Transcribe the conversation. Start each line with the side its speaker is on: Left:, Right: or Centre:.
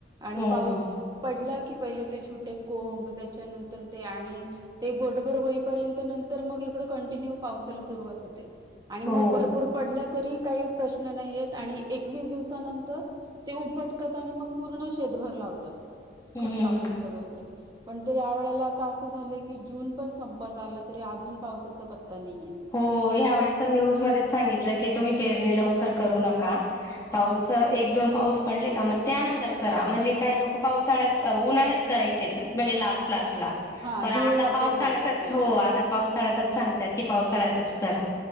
Right: आणि
Left: हम्म
Right: पाऊस
Left: हम्म
Right: ला की पहिले ते छोटे कोंब, त्याच्यानंतर ते आणि ते बोटबर होईपर्यंत, नंतर मग इकड कंटिन्यू पावसाला सुरुवात होते. आणि
Left: हो
Right: मग भरपूर पडला तरी काही प्रश्न नाही, येत आणि एकवीस दिवसानंतर ते उपट तात आणि मग पूर्ण शेतभर लावतात.
Left: हम्म
Right: खत
Left: हम्म
Right: टाकून
Left: हम्म
Right: सगळीकडे पण ते या वेळेला आता असं झालंय, की जून पण संपत आला तरी अजून पावसाचा पत्ता नाहीये.
Left: हो ह्या वेळेस त न्यूज मधेच सांगितलं की तुम्ही पेरणी लवकर करू नका पाऊस
Right: हा
Left: एक दोन पाऊस पडले का मग त्यानंतर करा, म्हणजे काही लोक पावसाळ्यात, उन्हाळ्यात करायचेत म्हणजे लास्ट, लास्ट
Right: हा
Left: पर आता
Right: धूळ वापे
Left: पावसाळ्यात
Right: बोलतात त्याला
Left: हो आता पावस <unintelligible> सांगतात की पावसाळ्यातच करा.